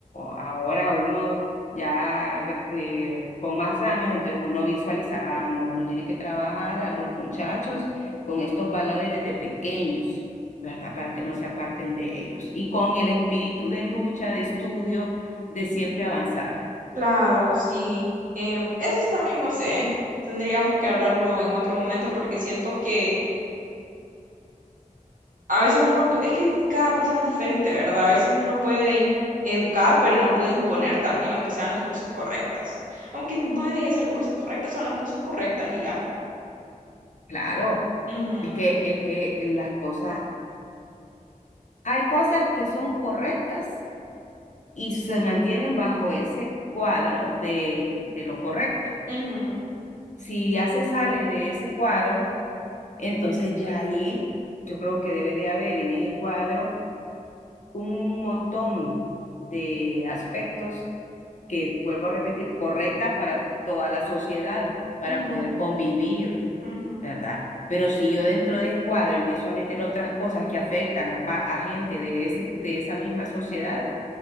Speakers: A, on the left (about 60°); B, on the right (about 70°).
A: ahora uno ya gr- eh, con más años, entonces uno visualiza, ah, no, uno tiene que trabajar a los muchachos con estos valores desde pequeños, ¿verdad? Para que no se aparten de ellos. Y con el espíritu de lucha, de estudio, de siempre avanzar.
B: Claro, sí. Em, eso es también, no sé, tendríamos que hablarlo en otro momento porque siento que... a veces uno, pu- es que cada persona es diferente, ¿verdad? A veces uno puede im- educar, pero no puede imponer también, aunque sean las cosas correctas. Aunque no debería ser las cosas correctas, son las cosas correctas y ya.
A: Claro,
B: Ujú,
A: es que, es que las cosas, hay cosas que son correctas y se mantienen bajo ese cuadro de, de lo correcto
B: ujú,
A: Si ya se sale de ese cuadro, entonces ya ahí yo creo que debe de haber en ese cuadro un montón de aspectos que, vuelvo a repetir, correctas para toda la sociedad, para
B: ujú,
A: poder convivir,
B: ujú,
A: ¿verdad? Pero si yo dentro de ese cuadro empiezo a meter otras cosas que afectan a, pa- a gente de ese, de esa misma sociedad,